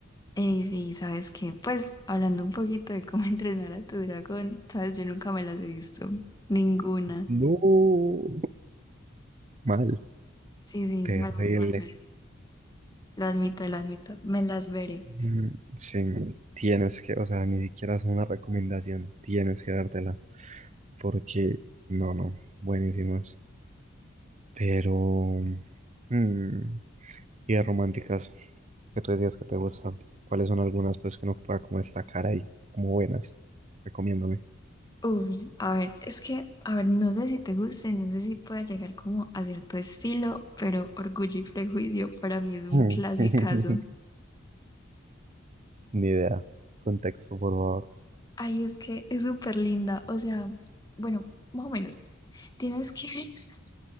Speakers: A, on the left (about 20°); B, on the right (about 35°).
A: Ey, sí, ¿sabes qué? Pues hablando un poquito de cómo <laughs> entrenar a tu dragón, ¿sabes? Yo nunca me las he visto. Ninguna.
B: No. Mal.
A: Sí, sí,
B: Terrible.
A: mala mía, mala mía. Lo admito, lo admito. Me las veré.
B: Mm, Sí. Tienes que, o sea, ni siquiera es una recomendación. Tienes que dártela. Porque, no, no. Buenísimas. Pero. mm, y de románticas. Que tú decías que te gustan. ¿Cuáles son algunas, pues, que uno pueda como destacar ahí? Como buenas. Recomiéndome.
A: Uy, a ver, es que, a ver, no sé si te guste, no sé si pueda llegar como a cierto estilo, pero Orgullo y Prejuicio para mí es un
B: <laughs>
A: clasicazo.
B: Ni idea. Contexto, por favor.
A: Ay, es que es súper linda, o sea, bueno, más o menos. Tienes que, <laughs>